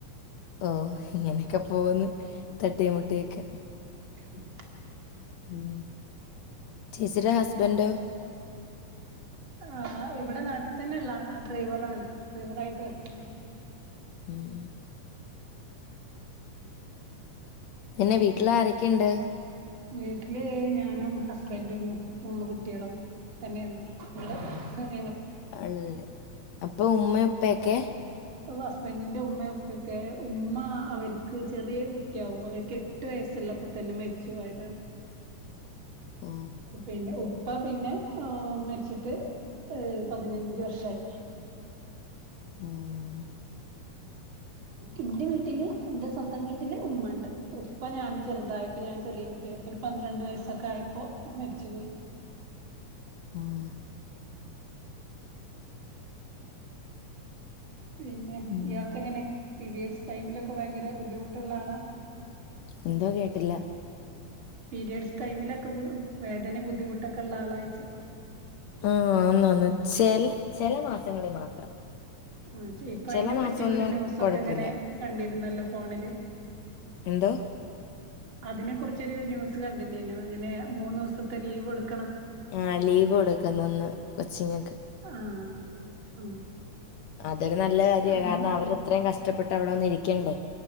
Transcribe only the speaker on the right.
ഉം
ആ ഇവിടെ നാട്ടിൽ തന്നെ ഉള്ള ആളാ ഡ്രൈവറാണ് ഡ്രൈവറാ ആയിട്ട് വർക്കെയ്യാ
വീട്ടില് ഞാനും ഹസ്ബന്റും മൂന്ന് കുട്ടാളും തന്നെള്ളു <unintelligible>
അപ്പ ഹസ്ബൻഡിന്റെ ഉമ്മയൊപ്പൊക്കെ ഉമ്മ അവർക്ക് ചെറിയ കുട്ടിയാകുമ്പോ അവർക്ക് എട്ട് വയസ്സുള്ളപ്പോ തന്നെ മരിച്ച ച്ച് പോയതാണ്
പിന്നെ ഓ പ്പ പിന്നെ മരിച്ചിട്ട് പതിനഞ്ച് വർഷായി
എന്റെ വീട്ടില് എന്റെ സ്വന്തം വീട്ടില് ഉമ്മ ഉണ്ട് ഉപ്പ ഞാന് ചെറുതായപ്പ ഞാൻ ചെറിയ കുട്ടിയപ്പൊ ഒരു പന്ത്രണ്ട് വയസ്സൊക്കെ ആയപ്പോൊ മരിച്ചുപോയി
പിന്നെ
ഇയാൾക്ക് എങ്ങനെ പിരീഡ്‌സ് ടൈമിലൊക്കെ ഭയങ്കര ബുദ്ധിമുട്ടുള്ള ആളാ
പിരിയേഡ്സ് ടൈമിലൊക്കെ വേദനയും ബുദ്ധിമുട്ടൊക്കെ ഉള്ള ആളായിച്ച
ആ ഇപ്പൊ
അതിനെ
പറ്റിയൊക്കെ ഒരു ന്യൂസൊക്കെ
എങ്ങനെ കണ്ടിരുന്നല്ലോ ഫോണില്
അതിനെ കുറിച്ചൊരു ന്യൂസ് കണ്ടില്ലേനോ ഇങ്ങനെ മൂന്നു ദിവസത്തെ ലീവ് എടുക്ക
ആഹ് ഉം
അങ്ങൻ